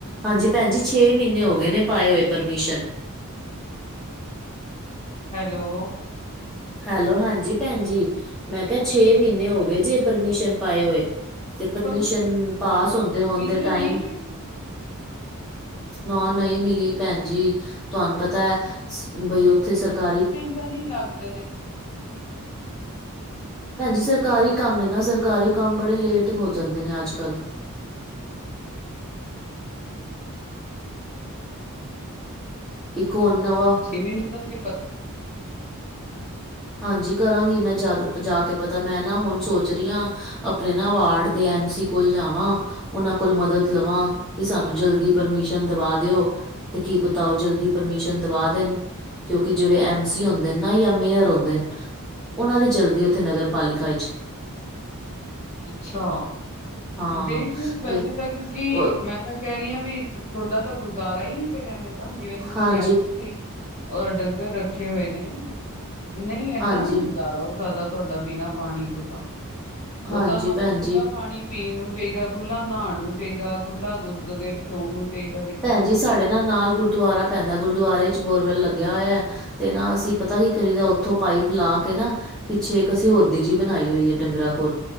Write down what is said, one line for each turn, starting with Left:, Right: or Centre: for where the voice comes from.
Centre: ਹਾਂਜੀ, ਭੈਣ ਜੀ ਛੇ ਮਹੀਨੇ ਹੋ ਗਏ ਨੇ, ਪਾਏ ਹੋਏ ਪਰਮਿਸ਼ਨ।
Left: ਹੈਲੋ।
Centre: ਹੈਲੋ, ਹਾਂਜੀ ਭੈਣ ਜ ਮੈਂ ਕਿਹਾ ਛੇ ਮਹੀਨੇ ਹੋ ਗਏ ਜੇ, ਪਰਮਿਸ਼ਨ ਪਾਏ ਹੋਏ। ਤੇ ਪਰਮਿਸ਼ਨ,
Left: ਤੁਹਾਨੂੰ
Centre: ਪਾਸ ਹੁੰਦੇ -ਹੰਦੇ,
Left: ਪਰਮਿਸ਼ਨ
Centre: ਟਾਈਮ
Left: ਨਹੀਂ ਮਿਲੀ
Centre: ਨ ਨਹੀਂ ਮਿਲੀ ਭੈਣ ਜੀ, ਤੁਹਾਨੂੰ ਪਤਾ ਹੈ ਬਈ ਉੱਥੇ ਸਰਕਾਰੀ
Left: ਪਤਾ ਨੀ ਲੱਗਦਾ।
Centre: ਭੈਣਜੀ ਸਰਕਾਰੀ
Left: ਦੇਖੋ
Centre: ਕੰਮ ਨੇ ਨਾ ਸਰਕਾਰੀ ਕੰਮ ਬੜੇ ਲੇਟ ਹੋ
Left: ਜੀ
Centre: ਜਾਂਦੇ ਨੇ ਅੱਜ -ਕੱਲ੍ਹ। ਇੱਕ ਹੁਣ ਨਵਾਂ,
Left: <unintelligible>
Centre: ਹਾਂਜੀ ਕਰਾਂਗੀ, ਮੈਂ ਜਾ ਕੇ ਪਤਾ ਮੈਂ ਨਾ ਹੁਣ ਸੋਚ ਰਹੀ ਹਾਂ ਆਪਣੇ ਨਾ, ਵਾਰਡ ਦੇ ਐਮ -ਸੀ ਕੋਲ ਜਾਵਾਂ। ਉਹਨਾਂ ਕੋਲ ਮਦਦ ਲਵਾਂ, ਕਿ ਸਾਨੂੰ ਜਲਦੀ ਪਰਮਿਸ਼ਨ ਦਵਾ ਦਿਓ। ਤੇ ਕੀ ਪਤਾ ਉਹ ਜਲਦੀ ਪਰਮਿਸ਼ਨ ਦਵਾ ਦੇਣ, ਕਿਉਂਕਿ ਜਿਹੜੇ ਐਮ -ਸੀ, ਹੁੰਦੇ ਨਾ ਯ ਮੇਅਰ ਹੁੰਦੇ
Left: ਪਤਾ
Centre: ਉਹਨਾਂ ਦੀ ਚਲਦੀ, ਉੱਥੇ ਨਗਰ ਪਾਲਿਕਾ ਵਿੱਚ।
Left: ਅੱਛਾ,
Centre: ਹਾਂ
Left: ਦੇਖ ਲਓ ਵੈਸੇ
Centre: ਤੇ
Left: ਤਾਂ ਕਿਉਂਕਿ
Centre: ਉਹ-
Left: ਮੈਂ ਤਾਂ ਕਹਿ ਰਹੀ ਆ ਵੀ, ਤੁਹਾਡਾ ਤਾਂ ਗੁਜ਼ਾਰਾ ਹੀ ਨੀ ਫੇਰ ਐਵੇਂ ਤਾਂ ਜਿਵੇਂ ਤੁਸੀਂ
Centre: ਹਾਂਜੀ
Left: ਕਹਿ ਰਹੇ ਸੀ। ਔਰ ਡੰਗਰ ਰੱਖੇ ਹੋਏ ਨੇ ਨਹੀਂ ਏਦਾਂ
Centre: ਹਾਂਜੀ
Left: ਨੀ ਗੁਜ਼ਾਰਾ ਹੋ ਸਕਦਾ। ਬਿਨਾਂ ਪਾਣੀ ਤੋਂ ਤਾਂ
Centre: ਹਾਂਜੀ
Left: ਉਹ ਤਾਂ ਉਹਨਾਂ ਨੂੰ
Centre: ਭੈਣ
Left: ਖੁੱਲਾ
Centre: ਜੀ
Left: ਪਾਣੀ ਪੀਣ ਨੂੰ ਚਾਹੀਦਾ ਖੁੱਲਾ ਨਹਾਣ ਨੂੰ ਚਾਹੀਦਾ ਖੁੱਲਾ ਦੁੱਧ ਰਚਾਉਣ ਨੂੰ ਚਾਹੀਦਾ ਦੇਖੋ।
Centre: ਭੈਣ ਜੀ ਸਾਡੇ ਨਾਲ ਗੁਰਦੁਆਰਾ ਪੈਂਦਾ ਗੁਰਦੁਆਰੇ 'ਚ ਬੋਰਵੈੱਲ ਲੱਗਿਆ ਹੋਇਆ। ਤੇ ਨਾ ਅਸੀਂ ਪਤਾ ਕੀ ਕਰੀ ਦਾ ਉੱਥੋਂ ਪਾਈਪ ਲਾ ਕੇ ਨਾ। ਪਿੱਛੇ ਇੱਕ ਅਸੀਂ ਓਦੀ ਜੀ ਬਣਾਈ ਹੋਈ ਆ ਡੰਗਰਾਂ ਕੋਲ।